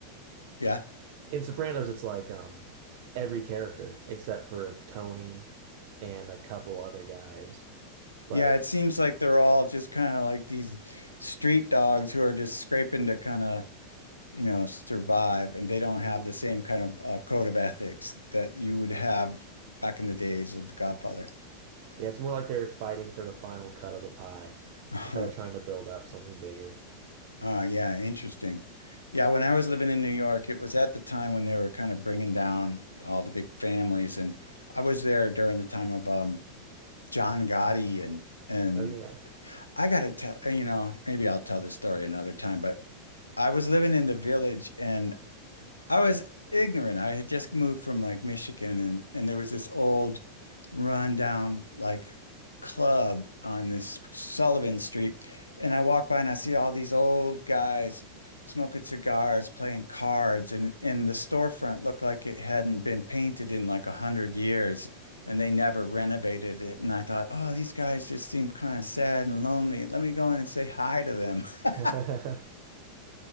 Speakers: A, on the left; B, on the right.
A: Yeah.
B: in Sopranos, it's like um every character except for Tony and a couple other guys, but
A: Yeah, it seems like they're all just kind of like these street dogs who are just scraping to kind of, you know, survive, and they don't
B: Mhm.
A: have the same kind of uh, code of ethics that you would have back in the days of The Godfather.
B: Yeah, it's more like they're fighting for the final cut of the pie
A: <laughs>
B: instead of trying to build up something bigger.
A: Ah, yeah, interesting. Yeah, when I was living in New York, it was at the time when they were kind of bringing down all the big families, and I was there during the time of um John Gotti and and
B: Oh yeah.
A: I gotta tell you know maybe I'll tell this story another time, but I was living in the village, and I was ignorant. I had just moved from like Michigan and and there was this old rundown like club on this Sullivan Street and I walk by and I see all these old guys smoking cigars, playing cards and and the storefront looked like it hadn't been painted in like a hundred years and they never renovated it and I thought, "Oh, these guys just seem kind of sad and lonely. Let me go in and say hi to them." <laughs>
B: <laughs>